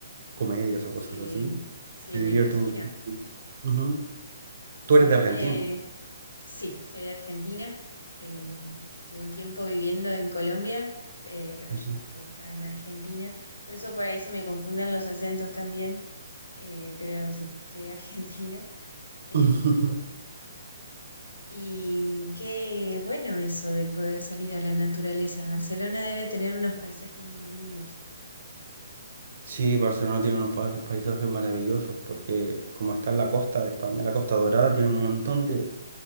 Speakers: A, on the right (about 60°); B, on the left (about 80°).
A: comedias o
B: Sí,
A: cosas así.
B: sí,
A: Me divierte
B: me imagino.
A: muchísimo. Ujú. Tú
B: A
A: eres
B: mí
A: de Argentina.
B: me... Sí, soy de Argentina. eh, estuve un tiempo viviendo en Colombia, eh, pero
A: Ujú.
B: ya estoy acá en Argentina. Por eso por ahí se me confunden los acentos también. Eh, pero sí, soy de Argentina. em,
A: <laughs>
B: y qué bueno eso de poder salir a la naturaleza. Barcelona debe tener unos paisajes muy lindos.
A: Sí, Barcelona tiene unos pa- paisajes maravillosos porque como está en la costa de España, la Costa Dorada tiene un montón de,